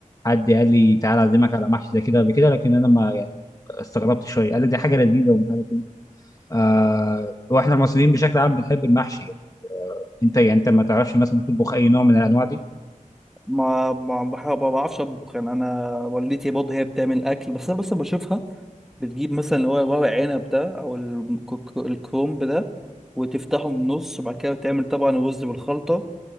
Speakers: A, on the left; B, in the centre.
A: حد قال لي تعالى اعزمك على محشي زي كده قبل كده لكن انا ما يعني استغربت شويه قال لي دي حاجه لذيذه ومش عارف ايه آه واحنا المصريين بشكل عام بنحب المحشي يعني. انت يعني انت ما تعرفش مثلا تطبخ اي نوع من الانواع دي
B: ما ما بح- ما بعرفش اطبخ يعني انا والدتي برضه هي بتعمل اكل بس انا بس بشوفها بتجيب مثلا اللي هو ورق عنب ده او الكوك- الكرومب ده وتفتحه من النص وبعد كده تعمل طبعا الرز بالخلطه